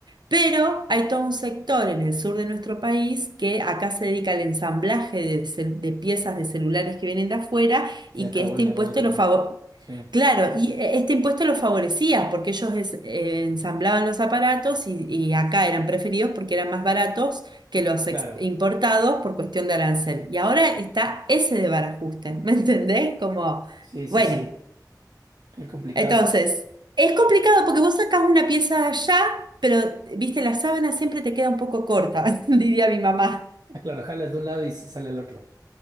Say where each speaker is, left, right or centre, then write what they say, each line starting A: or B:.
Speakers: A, on the right (about 85°); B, on the right (about 65°).
A: Pero hay todo un sector en el sur de nuestro país que acá se dedica al ensamblaje de, cel- de piezas de celulares que vienen de afuera
B: Se
A: y
B: acabó
A: que este
B: el negocio
A: impuesto
B: ahí.
A: lo favorece
B: Sí,
A: Claro, y e- este impuesto los favorecía porque ellos es- eh, ensamblaban los aparatos y, y acá eran preferidos porque eran más baratos que los
B: claro.
A: ex- importados por cuestión de arancel. Y ahora está ese desbarajuste, <laughs> ¿me entendés? Como,
B: Sí, sí,
A: bueno,
B: sí. Qué complicado.
A: entonces, es complicado porque vos sacás una pieza allá, pero, viste, la sábana siempre te queda un poco corta, <laughs> diría mi mamá.
B: Claro, jalas de un lado y se sale al otro.